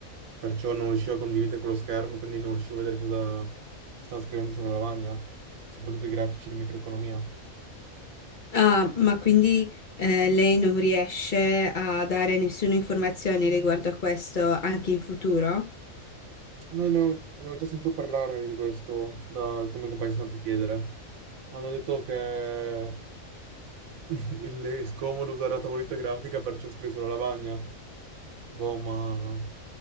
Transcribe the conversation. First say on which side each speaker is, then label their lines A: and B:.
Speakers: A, on the right; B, on the left.
A: Perciò non riuscivo a condividere quello schermo, quindi non riuscivo a vedere cosa stava scrivendo sulla lavagna, soprattutto i grafici di microeconomia.
B: Ah, ma quindi eh, lei non riesce a dare nessuna informazione riguardo a questo anche in futuro?
A: No, no, ne ho già sentito parlare di questo da alcuni compagni che sono andato a chiedere. Hanno detto che <laughs> il- è scomodo usare la tavoletta grafica, perciò ho scritto sulla lavagna. Boh, ma